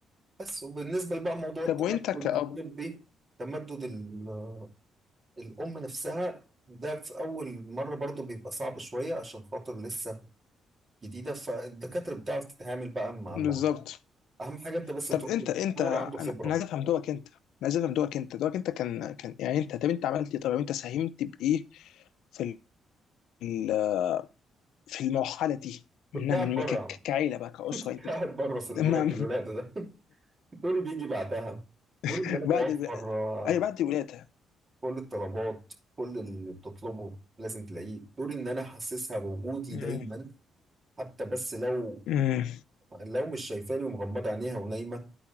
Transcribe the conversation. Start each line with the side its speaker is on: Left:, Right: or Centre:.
Right: بس وبالنسبة بقى موضوع التمدد
Left: طب وانت كأب
Right: الطبي تمدد ال- الأم نفسها ده في أول مرة برضو بيبقى صعب شوية عشان خاطر لسه جديدة فالدكاترة بتعرف تتعامل بقى مع الموضوع
Left: بالظبط
Right: ده أهم حاجة أنت بس تروح
Left: طب انت
Right: لدكتور
Left: انت انا
Right: عنده خبرة
Left: انا عايز افهم دورك انت انا عايز افهم دورك انت دورك انت كان كان يعني انت طب انت عملت ايه طب انت ساهمت بايه في ال- في المرحله دي
Right: كنت
Left: من
Right: قاعد بره
Left: من ك-
Right: يا عم.
Left: ك- كعيله بقى
Right: <laughs>
Left: كاسره
Right: كنت
Left: انت
Right: قاعد بره في الوقت
Left: ما
Right: الولادة ده <laughs> دوري بيجي بعدها دوري
Left: <laughs>
Right: إن أنا بوفر
Left: بعد
Right: آه،
Left: اي بعد الولاده
Right: كل الطلبات كل اللي بتطلبه لازم تلاقيه دوري إن أنا أحسسها بوجودي
Left: امم
Right: دايما حتى بس لو
Left: امم
Right: لو مش شايفاني ومغمضة عينيها ونايمة